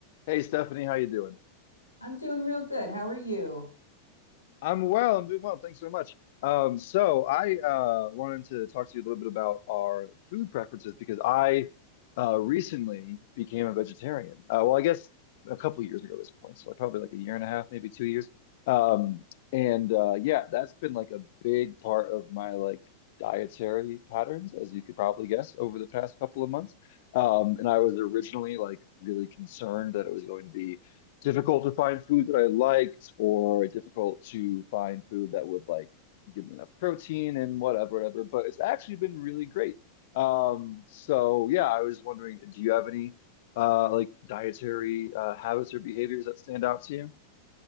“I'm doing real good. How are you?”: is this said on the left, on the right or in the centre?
Left